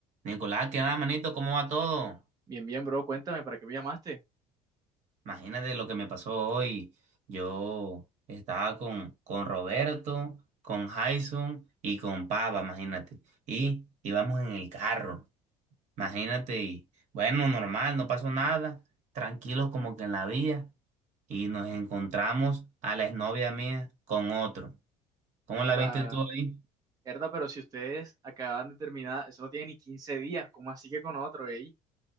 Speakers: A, on the right; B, on the right.
A: Nicolás, ¿qué va, manito? ¿Cómo va todo?
B: Bien, bien, bro, cuéntame, ¿para qué me llamaste?
A: Imagínate lo que me pasó hoy. Yo estaba con, con Roberto, con Jason y con Papa. imagínate. Y íbamos en el carro, imagínate. Y bueno, normal, no pasó nada. Tranquilos como que en la vía. Y nos encontramos a la exnovia mía con otro. ¿Cómo
B: Herda,
A: la viste tú ahí?
B: herda, pero si ustedes acaban de terminar, eso no tiene ni 15 días, ¿cómo así que con otro, eh?